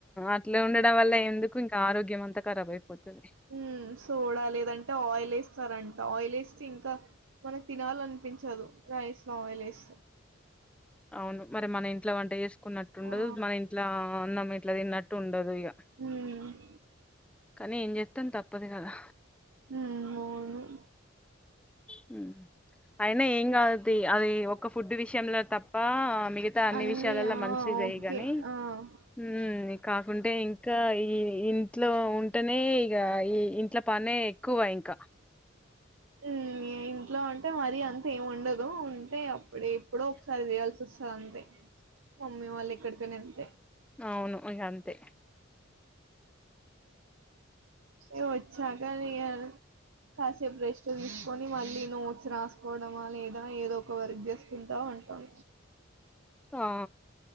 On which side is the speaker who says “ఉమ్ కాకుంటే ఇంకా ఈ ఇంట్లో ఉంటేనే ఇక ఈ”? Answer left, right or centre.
Centre